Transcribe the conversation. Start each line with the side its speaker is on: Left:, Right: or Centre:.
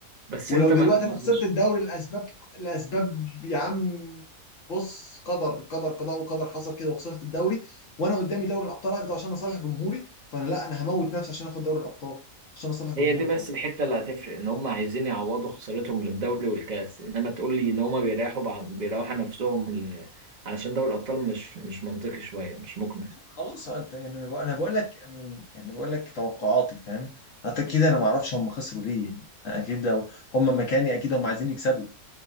Right: بس
Left: ولو
Right: أنت
Left: دلوقتي
Right: ما مش
Left: انا خسرت الدوري لاسباب لاسباب يا عم بص قدر قدر قضاء وقدر حصل كده وخسرت الدوري وانا قدامي دوري الابطال اخده عشان اصالح جمهوري فانا لا انا هموت نفسي عشان اخد دوري الابطال عشان اصالح جمهوري
Right: هي دي بس
Left: طبعا
Right: الحتة اللي هتفرق إن هم عايزين يعوضوا خسارتهم للدوري والكاس إنما تقول لي إن هم بيريحوا بعض بيريحوا نفسهم ل- علشان دوري الأبطال مش مش منطقي شوية مش مقنع
Left: خلاص هو انت يعني انا بقول أنا بقول لك من يعني بقول لك توقعاتي فاهم حتى كده انا ما اعرفش هم خسروا ليه يعني اكيد لو هم مكاني اكيد هم عايزين يكسبوا